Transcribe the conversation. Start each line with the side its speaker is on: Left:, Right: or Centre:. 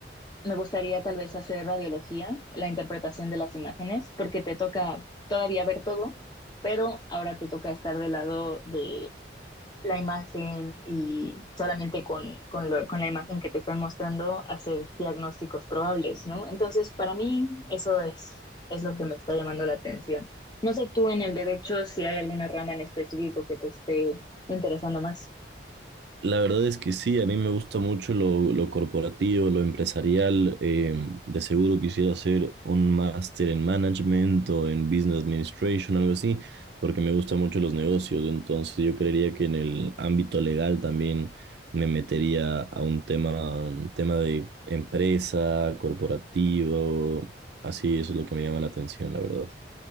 Left: me gustaría tal vez hacer radiología, la interpretación de las imágenes, porque te toca todavía ver todo, pero ahora te toca estar del lado de la imagen y solamente con, con, lo- con la imagen que te están mostrando hacer diagnósticos probables, ¿no? Entonces, para mí, eso es, es lo que me está llamando la atención. No sé tú en el derecho si hay alguna rama en específico que te esté interesando más.
Right: La verdad es que sí, a mí me gusta mucho lo, lo corporativo, lo empresarial. eh, de seguro quisiera hacer un máster en management o en business administration, algo así, porque me gustan mucho los negocios. Entonces yo creería que en el ámbito legal también me metería a un tema, un tema de empresa, corporativo. Así, eso es lo que me llama la atención, la verdad.